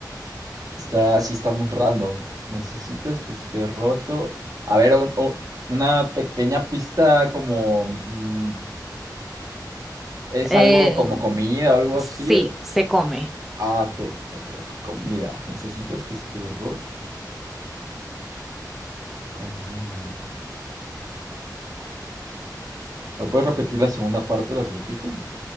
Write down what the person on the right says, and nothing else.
Está, sí está muy random. Necesitas que esté roto. A ver, un- un- una pequeña pista como... mm, ¿es
algo como comida o algo así?
Ah, ok, ok, ok, comida. ¿Necesitas que esté roto? Comida. ¿Me puedes repetir la segunda parte del acertijo?